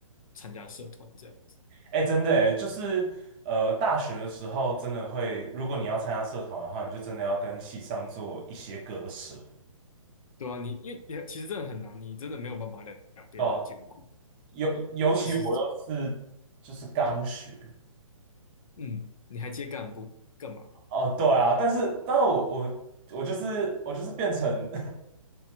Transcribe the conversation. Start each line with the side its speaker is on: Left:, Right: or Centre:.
Left: 参加社团这样子，
Right: 哎，真的诶，就是呃，大学的时候真的会，如果你要参加社团的话，你就真的要跟系上做一些割舍，
Left: 对啊，你因为你其实真的很难，你真的没有办法两两边都兼顾。
Right: 对啊，尤尤其我又是就是刚学，
Left: 他的时，嗯，你还接干部干嘛？
Right: 哦，对啊，但是但是我我我就是我就是变成